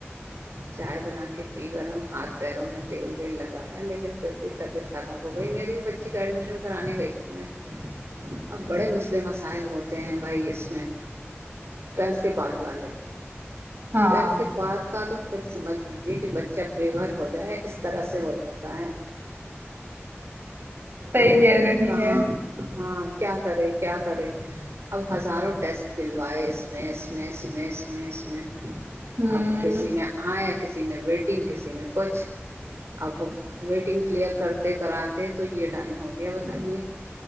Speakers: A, on the right; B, on the right.
A: چائے بنا کے گرم ہاتھ پیروں میں تیل ویل لگایا لیکن پھر بھی طبیعت خراب ہو گئی میری بچی کا ایڈمیشن کرانے گئی تھی میں اب بڑے مسئلے مسائل ہوتے ہیں بھائی اس میں ٹویلتھ کے بعد والے
B: ہاں
A: ٹویلتھ کے بعد کا تو پھر سمجھ لیجے کہ بچہ بے گھر ہو جائے اس طرح سے ہو جاتا ہے
B: صحیح
A: اب
B: کہہ رہی
A: کہاں
B: ہے
A: ہاں کیا کرے کیا کرے اب ہزاروں ٹیسٹ دلوائے اس میں اس میں اس میں اس میں اس میں
B: ہوں
A: اب کسی میں آئے کسی میں ویٹنگ کسی میں کچھ اب وہ ویٹنگ کلیئر کرتے کراتے تو یہ ٹائم ہو گیا بتائیے